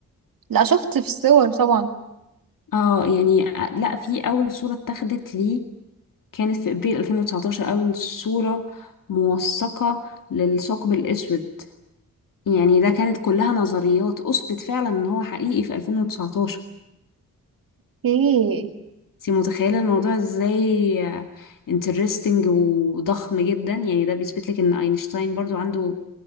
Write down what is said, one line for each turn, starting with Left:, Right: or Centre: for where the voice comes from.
Right: لا شفت في الصور طبعا
Left: اه يعني آه، لا في اول صورة اتاخدت ليه كانت في ابريل 2019 اول صورة موثقة للثقب الاسود يعني ده كانت كلها نظريات اثبت فعلا ان هو حقيقي في 2019
Right: ايه
Left: انت متخيلة الموضوع ازاي انترستنج وضخم جدا يعني ده بيثبت لك ان اينشتاين برضو عنده